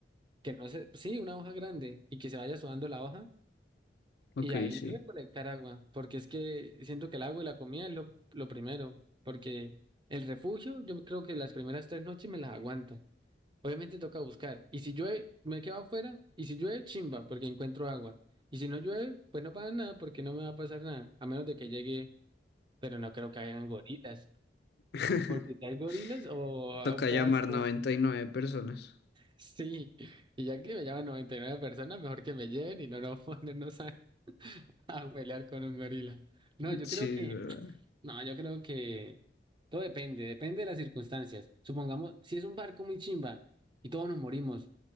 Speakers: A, on the right; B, on the left.
A: que no sé, sí, una hoja grande y que se vaya sudando la hoja
B: ok,
A: y ahí
B: sí.
A: recolectar agua, porque es que siento que el agua y la comida es lo, lo primero, porque el refugio, yo creo que las primeras tres noches me las aguanto. Obviamente toca buscar. Y si llueve, me quedo afuera. Y si llueve, chimba, porque encuentro agua. Y si no llueve, pues no pasa nada, porque no me va a pasar nada, a menos de que llegue, pero no creo que hayan gorilas,
B: <laughs>
A: porque si hay gorilas o
B: Toca
A: un pedazo,
B: llamar 99 personas.
A: Sí, y ya que me llaman 99 personas, mejor que me lleven y no nos ponernos a, <laughs> a pelear con un gorila. No, yo
B: Sí,
A: creo que,
B: es verdad.
A: no, yo creo que todo depende, depende de las circunstancias. Supongamos, si es un barco muy chimba y todos nos morimos.